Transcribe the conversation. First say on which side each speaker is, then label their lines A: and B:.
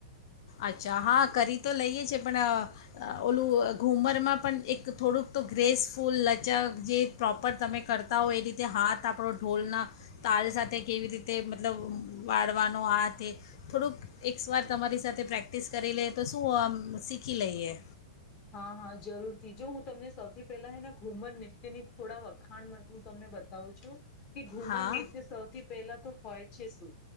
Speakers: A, on the left (about 40°); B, on the left (about 20°).
A: અચ્છા હા કરી તો લઈએ છે, પણ અ અ ઓલું ઘૂમરમાં પણ એક થોડુંક તો ગ્રેસફૂલ લચક જે પ્રોપર તમે કરતા હો એ રીતે હાથ આપણો ઢોલના તાલ સાથે કેવી રીતે મતલબ વાળવાનો આ તે થોડુંક એકસ્વાત તમારી સાથે પ્રેક્ટિસ કરી લે, તો શું આમ શીખી લઈએ.
B: હા હા, જરૂરથી, જો હું તમને સૌથી પહેલા હે ને ઘુમર નૃત્યના થોડા વખાણ હું તમને બતાવું છું. કે ઘુમર
A: હા
B: નૃત્ય સૌથી પહેલા તો હોય છે શું?